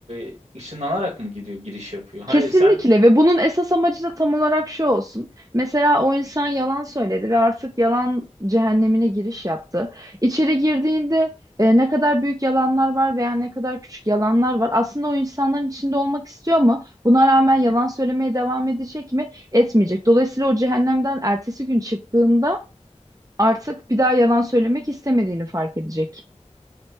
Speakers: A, on the right; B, on the right.
A: e, ışınlanarak mı gidiyor giriş yapıyor? Hani
B: Kesinlikle
A: sen
B: ve bunun esas amacı da tam olarak şu olsun. Mesela o insan yalan söyledi ve artık yalan cehennemine giriş yaptı. İçeri girdiğinde e, ne kadar büyük yalanlar var veya ne kadar küçük yalanlar var. Aslında o insanların içinde olmak istiyor mu? Buna rağmen yalan söylemeye devam edecek mi? Etmeyecek. Dolayısıyla o cehennemden ertesi gün çıktığında artık bir daha yalan söylemek istemediğini fark edecek.